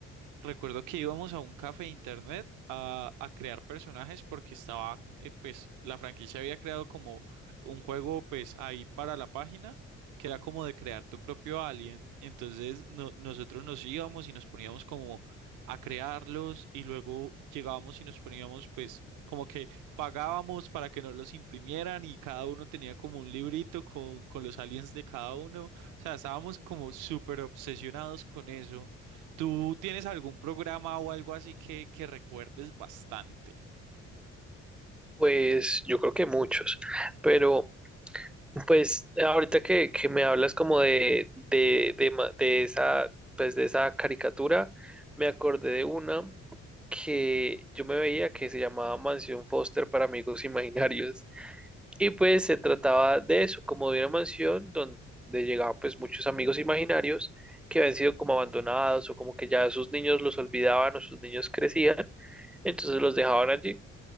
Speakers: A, on the right (about 60°); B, in the centre.
A: Recuerdo que íbamos a un café de internet a, a crear personajes porque estaba, eh, pues, la franquicia había creado como un juego, pues, ahí para la página, que era como de crear tu propio alien. Entonces, no- nosotros nos íbamos y nos poníamos como a crearlos y luego llegábamos y nos poníamos, pues, como que pagábamos para que nos los imprimieran y cada uno tenía como un librito con, con los aliens de cada uno. O sea, estábamos como súper obsesionados con eso. ¿Tú tienes algún programa o algo así que, que recuerdes bastante?
B: Pues yo creo que muchos, pero pues ahorita que, que me hablas como de, de, de, ma- de esa, pues de esa caricatura, me acordé de una que yo me veía que se llamaba Mansión Foster para amigos <laughs> imaginarios. Y pues se trataba de eso, como de una mansión donde llegaban pues muchos amigos imaginarios que habían sido como abandonados o como que ya sus niños los olvidaban o sus niños crecían, entonces los dejaban allí